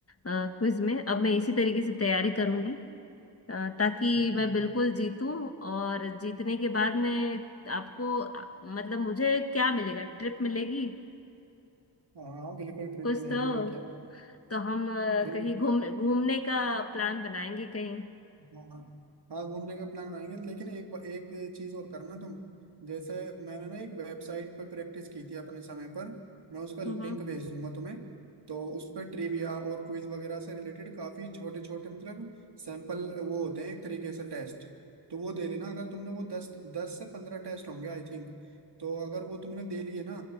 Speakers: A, on the left; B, on the right.
A: क्विज में अब मैं इसी तरीके से तैयारी करूंगी अ, ताकि
B: हाँ
A: मैं बिल्कुल जीतूं और जीतने के बाद में आपको अ, मतलब मुझे क्या मिलेगा ट्रिप मिलेगी
B: हाँ हाँ, बिल्कुल ट्रिप
A: कुछ
B: मिलेगी
A: तो
B: और क्या
A: तो हम अ,
B: ट्रिप
A: कहीं घूम घूमने का प्लान बनाएंगे कहीं
B: हाँ हाँ घूमने का प्लान बनाएंगे लेकिन एक ब- एक चीज और करना तुम जैसे मैंने ना एक वेबसाइट पर प्रैक्टिस की थी अपने समय पर मैं उसका लिंक
A: हम्म
B: भेज दूंगा तुम्हें तो उस पर ट्रिविया और क्विज वगैरह से रिलेटेड काफी छोटे छोटे मतलब सैंपल वो होते हैं एक तरीके से टेस्ट तो वो दे लेना अगर तुमने वो दस दस से पंद्रह टेस्ट होंगे आई थिंक तो अगर वो तुमने दे लिए ना